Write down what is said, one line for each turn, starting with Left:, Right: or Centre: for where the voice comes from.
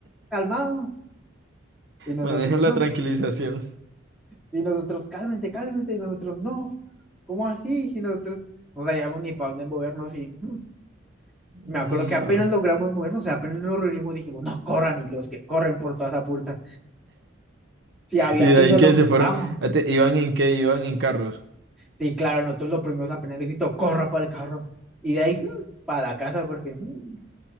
Centre: calmados. Y nosotros,
Right: Manejan la
Centre: no,
Right: tranquilización.
Centre: y nosotros, cálmense, cálmense, y nosotros, no, ¿cómo así? Y nosotros no sabíamos ni para dónde movernos y. <laughs>
Right: No.
Centre: Me acuerdo que apenas logramos movernos, o sea, apenas nos reunimos, dijimos, no corran, y los que corren por toda esa puerta. Si había
Right: Y
Centre: piso,
Right: de ahí
Centre: lo
Right: que
Centre: Bueno,
Right: se
Centre: quitamos.
Right: fueron. Ah, te- ¿Iban en qué? Iban en carros.
Centre: Sí, claro, nosotros los primeros apenas de grito, corra para el carro. Y de ahí, mm, para la casa, porque mm,